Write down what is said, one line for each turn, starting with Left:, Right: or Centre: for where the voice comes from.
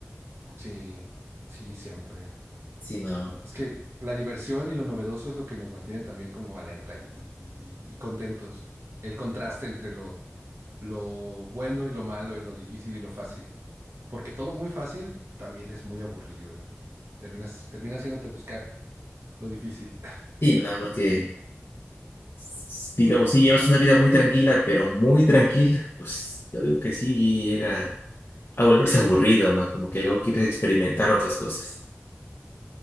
Right: Sí, sí, siempre.
Left: Sí, no,
Right: Es que la diversión y lo novedoso es lo que nos mantiene también como alerta y, y- y contentos. El contraste entre lo, lo bueno y lo malo y lo difícil y lo fácil. porque todo muy fácil también es muy aburrido y terminas, termina haciéndote buscar lo difícil,
Left: sí, no, porque s- digamos, si llevas una vida muy tranquila, pero muy tranquila, pues yo digo que sí llega a volverse aburrido, ¿no? Como que luego quieres experimentar otras cosas.